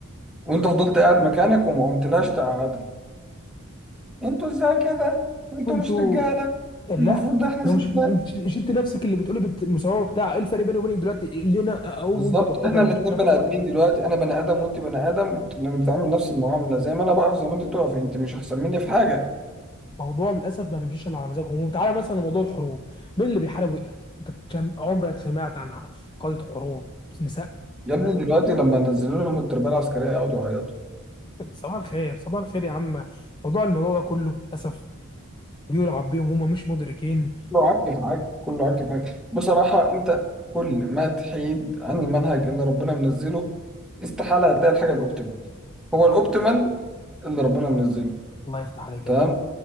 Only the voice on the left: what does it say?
وانتوا
لا
ما
مش انت مش انت نفسك اللي بتقولي بت... مساواه بتاع ايه الفرق بيني وبينك دلوقتي اللي انا اقوم
وانت تقعدي
انا
مش فاهم
موضوع للاسف ما بيمشيش الا على مزاجهم وتعالى مثلا لموضوع الحروب مين اللي بيحارب ويقاتل انت كم- عمرك سمعت عن قاده حروب نساء
صباح الخير صباح الخير يا عم موضوع الموضوع ده كله للاسف بيلعب بيهم هم مش مدركين
صح
الله يفتح عليك
يا اخي